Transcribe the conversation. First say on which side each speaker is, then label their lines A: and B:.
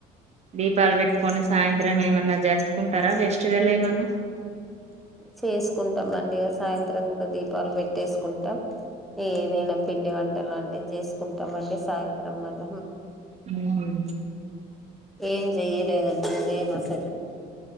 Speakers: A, on the right; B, in the centre.
A: దీపాలు పెట్టుకొని
B: ఉమ్
A: సాయంత్రం ఏమన్నా జరుపుకుంటారా ఫెస్టివెల్ ఏమన్నా
B: చేసుకుంటాం అండి సాయంత్రం కూడా దీపాలు పెట్టేసుకుంటాం ఏదైనా పిండి వంటలు లాంటిది చేసుకుంటామండి సాయంత్రం మళ్ళ
A: ఉమ్
B: ఏం చెయ్యలేదండి ఉదయం అసలు